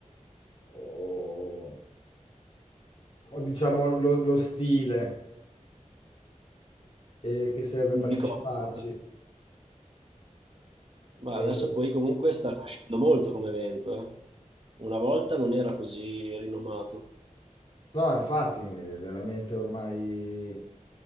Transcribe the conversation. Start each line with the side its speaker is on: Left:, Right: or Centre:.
Left: o, o diciamo lo, lo stile eh, che serve per parteciparci.
Right: Di contro. Ma
Left: E-
Right: adesso poi comunque sta crescendo molto come evento, eh. Una volta non era così rinomato.
Left: no, infatti, è veramente ormai...